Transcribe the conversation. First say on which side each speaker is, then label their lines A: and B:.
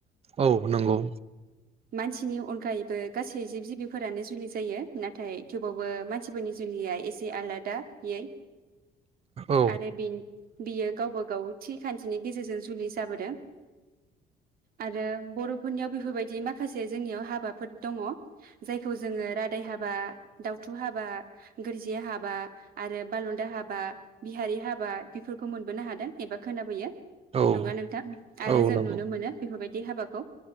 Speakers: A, on the right; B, on the right.
A: औ नंगौ
B: मानसिनि अनगायैबो गासै जिब जिबिफोरानो जुलि जायो नाथाय थेवबाबो मानसिफोरनि जुलिया एसे आलादायै
A: औ
B: आरो बे बियो गावबा गाव थि खान्थिनि गेजेरजों जुलि जाबोदों आरो बर'फोरनियाव बेफोरबायदि माखासे जोंनियाव हाबाफोर दङ जायखौ जोङो रादाय हाबा दउथु हाबा गोरजिया हाबा आरो बालन्दा हाबा बिहारि हाबा बेफोरखौ मोनबोनो हादों एबा खोनाबोयो
A: औ
B: नङा नोंथां आरो
A: औ
B: जों
A: नंगौ
B: नुनो मोनो बेफोरबाय दि हाबाखौ